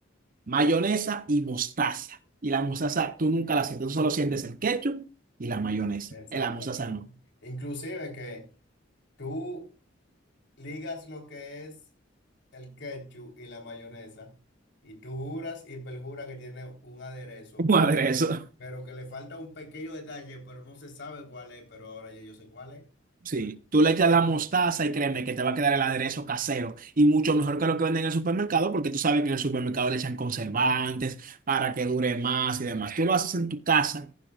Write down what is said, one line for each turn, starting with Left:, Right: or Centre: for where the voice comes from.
Right: mayonesa y mostaza. Y la mostaza tú nunca la sientes, tú solo sientes el ketchup y la mayonesa.
Left: La- Exactamente.
Right: En la mostaza no.
Left: Inclusive que tú ligas lo que es el ketchup y la mayonesa y tú juras y perjuras que tiene un aderezo,
Right: <laughs> Un aderezo.
Left: pero, pero que le falta un pequeño detalle, pero no se sabe cuál es, pero ahora ya yo sé cuál es.
Right: Sí, tú le echas la mostaza y créeme que te va a quedar el aderezo casero y mucho mejor que lo que venden en el supermercado porque tú sabes que en el supermercado le echan conservantes para que dure más y demás. Tú lo haces en tu casa